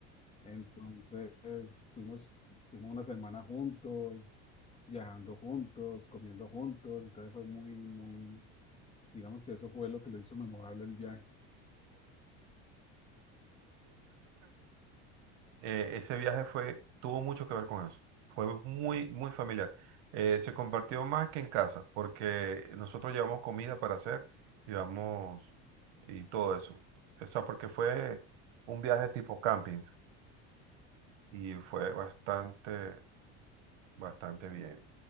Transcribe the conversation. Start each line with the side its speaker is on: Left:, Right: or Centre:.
Left: Entonces fuimos, fuimos una semana juntos, viajando juntos, comiendo juntos. Entonces fue muy, muy, digamos que eso fue lo que lo hizo memorable el viaje.
Right: eh, ese viaje fue, tuvo mucho que ver con eso. Fue muy, muy familiar. Eh, se compartió más que en casa, porque nosotros llevamos comida para hacer, llevamos y todo eso. O sea, porque fue un viaje tipo campings y fue bastante, bastante bien.